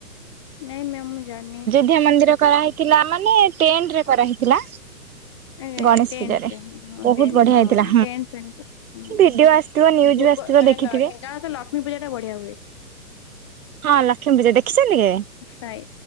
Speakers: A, on the left; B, on the right.
A: ନାଇଁ ମ୍ୟାମ୍ ମୁଁ ଜାଣିନି।
B: ଧ୍ୟା ମନ୍ଦିର କରାହେଇଥିଲା ମାନେ ଟେଣ୍ଟରେ କରାହେଇଥିଲା।
A: ଆଜ୍ଞା ଆଜ୍ଞା
B: ଗଣେଶ
A: ଟେଣ୍ଟରେ
B: ପୂଜାରେ।
A: ହଁ
B: ବହୁତ
A: ଟେଣ୍ଟ
B: ବଢିଆ ହେଇଥିଲା
A: ହଁ ଟେଣ୍ଟ ଫେଣ୍ଟ୍ କ ହୁଁ।
B: ଭିଡିଓ ଆସିଥିବ ନ୍ୟୁଜ
A: ଭୁବ
B: ଆସିଥିବ
A: ମାନେ
B: ଦେଖିଥିବେ
A: ଲ ଢେଙ୍କାନା ତ ଲକ୍ଷ୍ମୀ ପୂଜାଟା ବଢ଼ିଆ ହୁଏ।
B: ହଁ ଲକ୍ଷ୍ମୀ ପୂଜା ଦେଖିଚନ୍ତି କେ?
A: ଉଁ ସାଇ